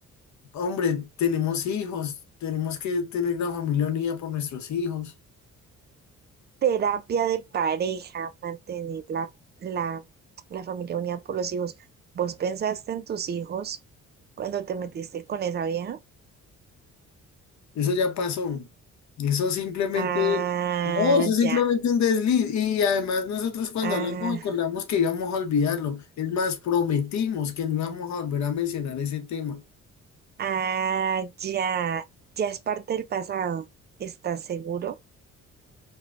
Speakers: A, on the left; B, on the right.
A: Hombre, tenemos hijos, tenemos que tener la familia unida por nuestros hijos.
B: terapia de pareja, mantener la, la, la familia unida por los hijos. ¿Vos pensaste en tus hijos cuando te metiste con esa vieja?
A: Eso ya pasó. Eso simplemente,
B: Ah,
A: no, eso es simplemente
B: ya,
A: un desliz. Y además nosotros cuando
B: ah,
A: hablamos acordamos que íbamos a olvidarlo. Es más, prometimos que no íbamos a volver a mencionar ese tema.
B: ah, ya, ya es parte del pasado. ¿Estás seguro?